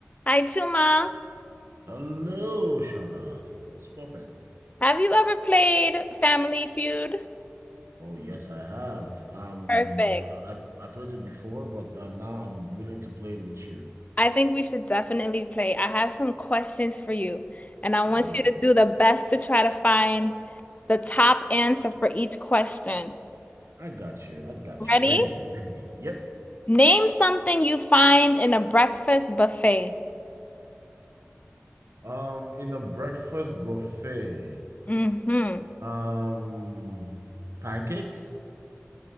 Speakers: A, on the left (about 30°); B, on the right (about 80°).
A: Hi, Chuma.
B: Hello, Shauna. What's poppin'?
A: Have you ever played Family Feud?
B: Oh, yes, I have. Um,
A: Perfect.
B: I I played it before, but uh, now I'm willing to play it with you.
A: I think we should definitely play. I have some questions for you, and I
B: Oh,
A: want you to do the best to try to find the top answer for each question.
B: I got you. I got
A: Ready?
B: you. Ready, ready. Yep.
A: Name something you find in a breakfast buffet.
B: Um, in the breakfast buffet.
A: hmm
B: Um, pancakes?